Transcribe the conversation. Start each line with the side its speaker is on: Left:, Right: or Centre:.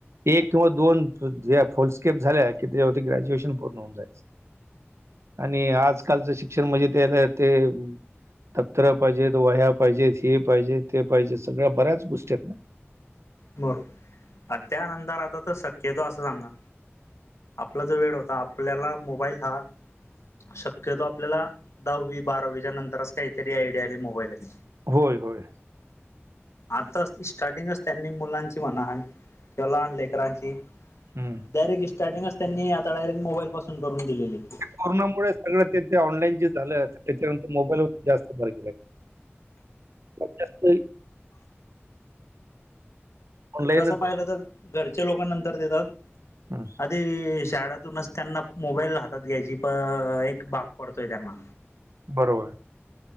Right: एक किंवा दोन ज फुलस्केप झाल्या की त्यावरती ग्रॅज्युएशन पूर्ण होऊन जायचं आणि आजकालचं शिक्षण म्हणजे त्याला ते दप्तर पाहिजेत वह्या पाहिजेत हे पाहिजे ते पाहिजे सगळ्या बऱ्याच गोष्टी असत्यात
Left: बरोबर आणि त्यानंतर आता तर शक्यतो असं सांगना आपला जो वेळ होता आपल्याला मोबाईल हा शक्यतो आपल्याला दहावी बारावीच्या नंतरच असं काहीतरी आयडिया आली मोबाईलाची
Right: होय होय
Left: आता स्टार्टिंगच त्यांनी मुलांची म्हणाल किंवा लहान लेकरांची
Right: हू
Left: डायरेक्ट स्टार्टिंगच त्यांनी आता डायरेक्ट मोबाईल पासूनच करून दिलेली आहे
Right: कोरोनामुळे सगळं ते ते ऑनलाईन जे झालं तर त्याच्यानंतर मोबाईलवर जास्त भर केलय वर्चस्थही ऑनलाईनच
Left: तसं पाहिलं तर घरचे लोक नंतर देतात
Right: हू
Left: आधी शाळातूनच त्यांना मोबाईल हातात घ्यायची प एक भाग पडतोय त्यांना
Right: बरोबर आहे